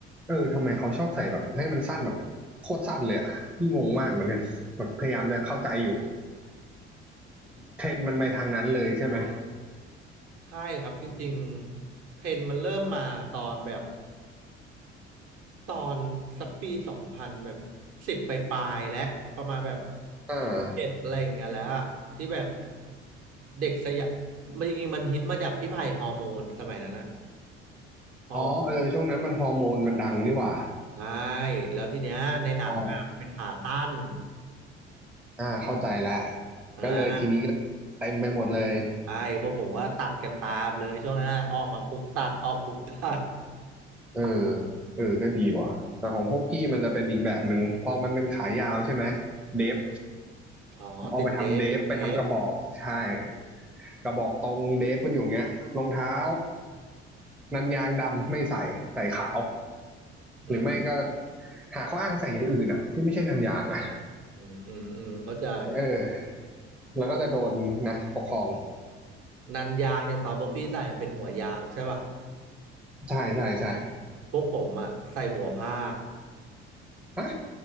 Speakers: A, in the centre; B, on the right.
A: เออทำไมเขาชอบใส่แบบให้มันสั้นแบบโคตรสั้นเลยอ่ะพี่งงมากเหมือนกันแบบพยายามจะเข้าใจอยู่เทรนด์มันไปทางนั้นเลยใช่ไหม
B: ใช่ครับจริงๆเทรนด์มันเริ่มมาตอนแบบ ตอนสักปีสองพันแบบสิบปลายๆและประมาณแบบ
A: อ่า
B: สิบเอ็ดอะไรอย่างเงี้ยแล้วอะที่แบบเด็กสยามมันจริงๆมันฮิตมาจากพี่ไผ่ฮอร์โมนสมัยนั้นนะฮอร์โมน
A: อ๋อเออ ช่วงนั้นมันฮอร์โมนมันดังนี่หว่า
B: ใช่แล้วทีเนี้ยในหนังอ่ะมันเป็นขาสั้น
A: อ๋ออ่า เข้าใจแล้ว
B: อ่า
A: ก็เลยทีนี้ก็เต็มไปหมดเลย
B: ใช่พวกผมก็ตัดกันตามเลยช่วงนั้นนะออกมาปุ๊บตัดออกปุ๊บตัด
A: เออ
B: อืม
A: เออก็ดีว่ะแต่ของพวกพี่มันจะเป็นอีกแบบหนึ่งพอมันเป็นขายาวใช่ไหมเดฟ
B: อ๋อติดเดฟติดเดฟ
A: เอาไปทำเดฟไปทำกระบอกใช่กระบอกตรงเดฟกันอยู่เงี้ยรองเท้านันยางดำไม่ใส่ใส่ขาว
B: อืม
A: หรือไม่ก็หาข้ออ้างใส่อย่างอื่นอ่ะที่ไม่ใช่นันยางอ่ะ
B: อืมอืมอืมเข้าใจ
A: เออแล้วก็จะโดนนะปกครอง
B: นันยางอย่างตอนพวกพี่ใส่เป็นหัวยางใช่ป่ะ
A: ใช่ใช่ใช่
B: พวกผมอะใส่หัวผ้า
A: ฮะ